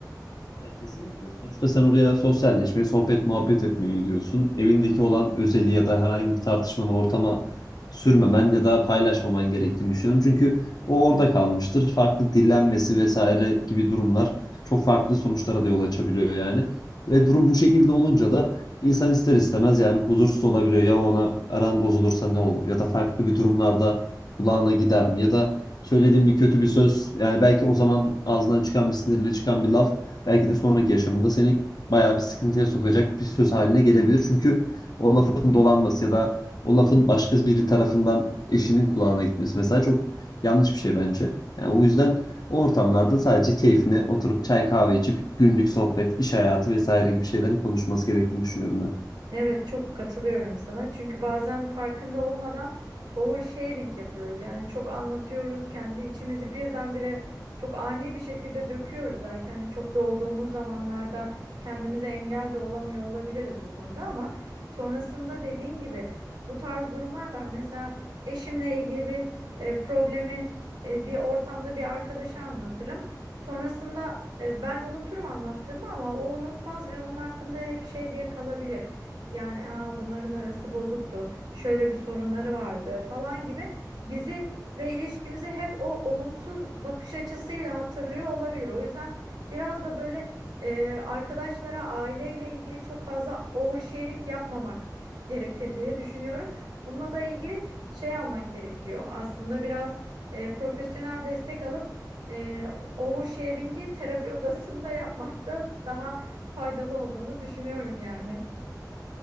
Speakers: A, on the left; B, on the right.
A: Ya kesinlikle. Sonuçta sen oraya sosyalleşmeye, sohbet, muhabbet etmeye gidiyorsun. Evindeki olan özeli ya da herhangi bir tartışmanı ortama sürmemen ya da paylaşmaman gerektiğini düşünüyorum. Çünkü o orada kalmıştır. Farklı dillenmesi vesaire gibi durumlar çok farklı sonuçlara da yol açabiliyor yani. Ve durum bu şekilde olunca da insan ister istemez yani huzursuz olabiliyor. Ya ona aran bozulursa ne olur? Ya da farklı bir durumlarda kulağına gider mi? Ya da söylediğim bir kötü bir söz yani belki o zaman ağzından çıkan bir sinirle çıkan bir laf belki de sonraki yaşamında seni bayağı bir sıkıntıya sokacak bir söz haline gelebilir. Çünkü o lafın dolanması ya da o lafın başka biri tarafından eşinin kulağına gitmesi mesela çok yanlış bir şey bence. Yani o yüzden o ortamlarda sadece keyfine oturup çay kahve içip günlük sohbet, iş hayatı vesaire gibi şeylerin konuşması gerektiğini düşünüyorum ben.
B: Evet çok katılıyorum sana. Çünkü bazen farkında olmadan oversharing yapıyoruz. Yani çok anlatıyoruz, kendi içimizi birdenbire çok ani bir şekilde döküyoruz. Belki hani çok dolduğumuz zamanlarda kendimize engel de olamıyor olabiliriz bu konuda ama sonrasında dediğin gibi bu tarz durumlar ben mesela eşimle ilgili bir e, problemi e, bir ortamda bir arkadaşa anlatırım. Sonrasında e, ben unuturum anlattığımı ama o unutmaz ve onun hakkında hep şey diye kalabilir. Yani Aa, bunların arası bozuktu. Şöyle bir sorunları vardı falan gibi bizi ve ilişkimizi hep o olumsuz bakış açısıyla hatırlıyor olabilir. O yüzden biraz da böyle e, arkadaşlara aileyle ilgili çok fazla oversharing yapmamak gerekir diye düşünüyorum. Bununla da ilgili şey almak gerekiyor. Aslında biraz e, profesyonel destek alıp e, oversharing'i terapi <laughs> odasında yapmak da daha faydalı olduğunu düşünüyorum yani.